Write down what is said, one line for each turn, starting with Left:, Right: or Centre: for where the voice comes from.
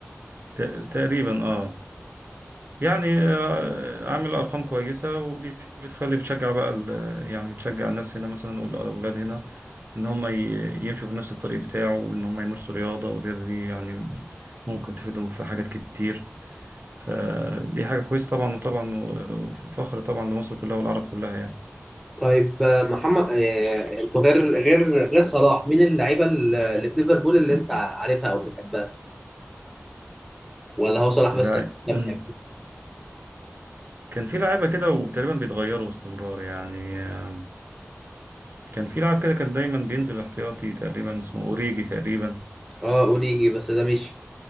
Right: تق- تقريبا اه يعني آه، عامل ارقام كويسة ودي بتخلي بتشجع بقى ال- يعني بتشجع الناس هنا مثلا والاولاد هنا ان هم ي- يمشوا في نفس الطريق بتاعه وان هم يمارسوا رياضة والرياضة دي يعني ممكن تفيدهم في حاجات كتير فدي حاجة كويسة طبعا وطبعا وفخر طبعا لمصر كلها والعرب كلها يعني
Centre: طيب آه، محمد آه، انتوا غير غير غير صلاح مين اللعيبه اللي في ليفربول اللي انت عارفها او بتحبها ولا هو صلاح بس
Right: اللاع-
Centre: اللي
Right: مم.
Centre: انت بتحبه
Right: كان في لعيبة كده وتقريبا بيتغيروا باستمرار يعني آه، كان في لاعب كده كان دايما بينزل احتياطي تقريبا اسمه اوريجي تقريبا
Centre: اه اوريجي بس ده مش